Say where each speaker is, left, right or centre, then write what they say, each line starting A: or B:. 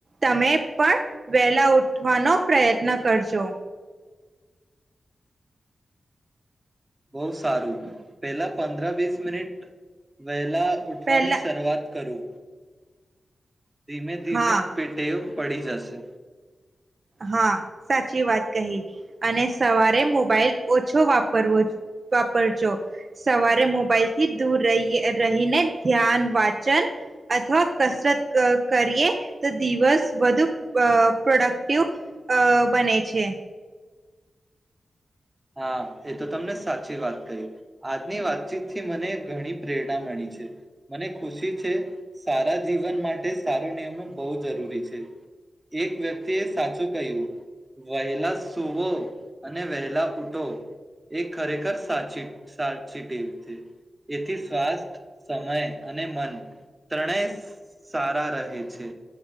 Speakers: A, on the right; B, on the right.
A: તમે પણ વેલા ઉઠવાનો પ્રયત્ન કરજો.
B: બહુ સારું, પેલા પંદ્ર વીસ મિનિટ વ. લા ઉઠવાની,
A: પહેલા
B: શરૂઆત કરું. ધીમે ધીમે
A: હા
B: પે ટેવ પડી જશે
A: હા, સાંચી વાત કહી અને સવારે મોબાઈલ ઓછો વાપરવો વાપરજો, સવારે મોબાઈલ થી દૂર રહીએ રહીને ધ્યાન, વાચન અથવા કસરત કરીએ તો દિવસ વધુ પ્રોડક્ટ ટિવ અ બને છે
B: હા એ તો તમને સાચી વાત કહી આજની વાતચીતથી મને ઘણી પ્રેરણા મળી છે મને ખુશી છે સારા જીવન માટે સારો નિયમો બહુ જરૂરી છે એક વ્યક્તિ એ સાચું કહ્યું વહેલા સુવો અને વહેલા ઉઠો એ ખરેખર સાચી સાચી ટેવ છે, એથી સ્વાસ્થ, સમય અને મન ત્રણેય સારા રહે છે